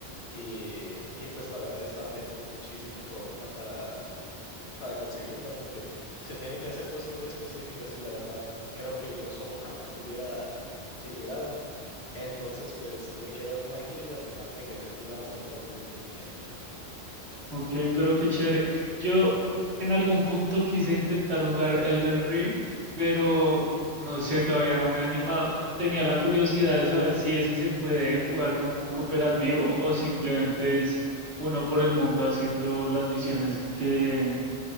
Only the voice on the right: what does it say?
Ok, pero qué chévere. Yo en algún punto quise intentar jugar Elden Ring, pero no sé, todavía no me he animado. Tenía la curiosidad de saber si ese se puede jugar como un cooperativo o simplemente es uno por el mundo haciendo las misiones que,